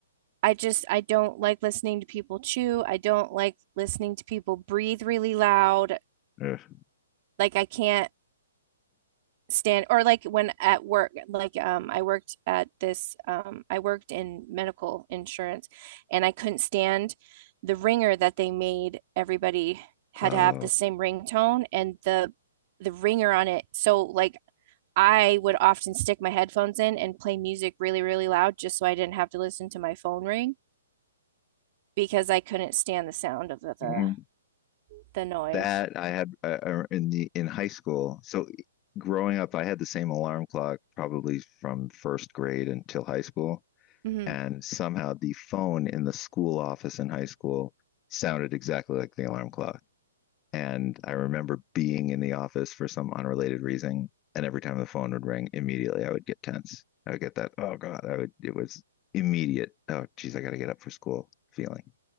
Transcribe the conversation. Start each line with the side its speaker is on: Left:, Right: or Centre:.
Right: I just I don't like listening to people chew. I don't like listening to people breathe really loud.
Left: Ugh.
Right: Like I can't stand or like when at work like um I worked at this um I worked in medical insurance and I couldn't stand the ringer that they made everybody had
Left: Oh,
Right: to have the same ringtone and the the ringer on it so like I would often stick my headphones in and play music really really loud just so I didn't have to listen to my phone ring because I couldn't stand the sound of the the,
Left: mhm.
Right: the noise.
Left: that I had uh, uh, in the in high school. So growing up, I had the same alarm clock probably from first grade until high school,
Right: Mhm.
Left: and somehow the phone in the school office in high school sounded exactly like the alarm clock. And I remember being in the office for some unrelated reason. And every time the phone would ring, immediately I would get tense. I would get that, oh God, I would, it was immediate, oh geez, I got to get up for school feeling.